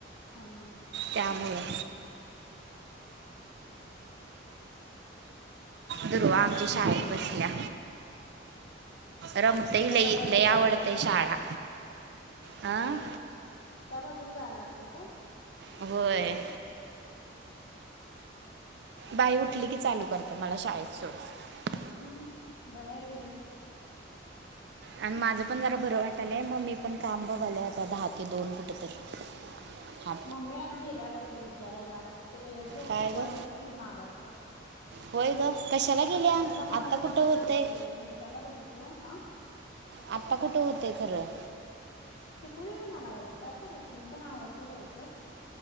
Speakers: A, on the left (about 70°); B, on the right (about 60°).
A: हा हा
B: त्यामुळं. दुर्वा आमच्या शाळेत बसल्या.
A: बसल्या व्हय,
B: रमतही
A: तिकड
B: लई
A: त्या बाजूून
B: लई आवडते
A: जायला लागतय
B: शाळा
A: का? बर
B: हां
A: आहे सोड,, त्या बाजून जायला लागते काय?
B: होय, बाई उठली की चालू करत्या, मला शाळेत सोडऽ
A: ह, बरय हे.
B: आणि माझं पण जरा बरं वाटालंय, मग मी पण काम बघालोय आता दहा ते दोन कुठ तरऽ हा,
A: मम्मी आज गेल्या बघ, ते विचारायला ते एअरजेट
B: काय
A: शिकवायलेत
B: ग
A: की मागाचंऽ
B: होय ग कशाला गेल्या
A: मंडळमध्ये
B: आता कुठं
A: गेल्या
B: हुतय?
A: ते इन्स्टाला बघितलो हा
B: आता कुठं होतय खरं?
A: शिकू दे म्हणा लागलात, आता काय करायचं, मी पण आवरतोय लवकर.